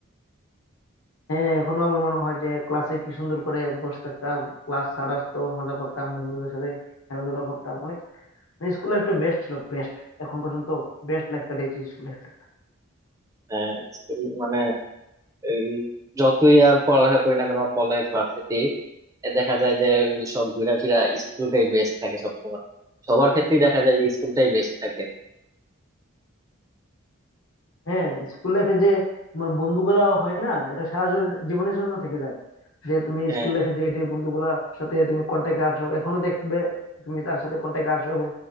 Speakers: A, on the left; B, on the right.
A: হ্যাঁ এখনো আমার মনে হয় যে ক্লাসে কি সুন্দর করে বসে থাকতাম ক্লাস স্যার আসতো মজা করতাম বন্ধুদের সাথে খেলাধুলা করতাম অনেক স্কুল লাইফটা বেস্ট ছিল বেস্ট এখন পর্যন্ত বেস্ট লাইফ কাটিয়েছি স্কুল লাইফটা
B: হ্যাঁ স্কুল মানে এই যতই আর পড়ালেখা করি না কেন কলেজ ভার্সিটি দেখা যায় যে ওই সব ঘুরা ফিরা স্কুলটাই বেস্ট থাকে সব সময় সবার ক্ষেত্রেই দেখা যায় যে স্কুলটাই বেস্ট থাকে
A: হ্যাঁ স্কুল লাইফে যে তোমার বন্ধুগুলা হয় না এটা সারা জোর- জীবনের জন্য থেকে যায় যে তুমি
B: হ্যাঁ
A: স্কুল লাইফে যে যে বন্ধুগুলার সাথে তুমি কন্ট্যাক্টে আছো এখনো দেখবে তুমি তার সাথে কন্ট্যাক্টে আছো এবং